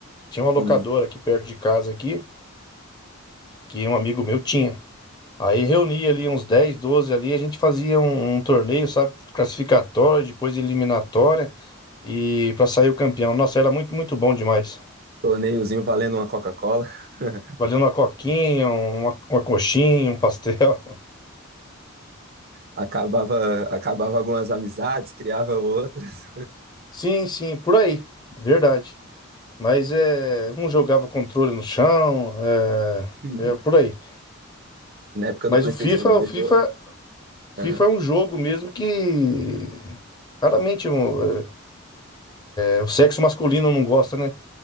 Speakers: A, on the left; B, on the right.
A: Tinha uma locadora
B: Um
A: aqui perto de casa aqui, que um amigo meu tinha. Aí reunia ali uns 10 12 ali, a gente fazia um, um torneio, sabe? Classificatório, depois eliminatória e pra sair o campeão. Nossa, era muito, muito bom demais.
B: torneiozinho valendo uma Coca-Cola. <laughs>
A: Valendo uma coquinha, um, uma, uma coxinha, um pastel.
B: Acabava, acabava algumas amizades, criava outras.
A: <laughs> Sim, sim, por aí, verdade. Mas é, um jogava controle no chão,
B: <laughs>
A: é, é por aí.
B: Na época
A: Mas
B: do PlayStation
A: o FIFA,
B: 2
A: o FIFA,
B: eu era.
A: FIFA
B: Aham.
A: é um jogo mesmo que raramente um, é, o sexo masculino não gosta, né?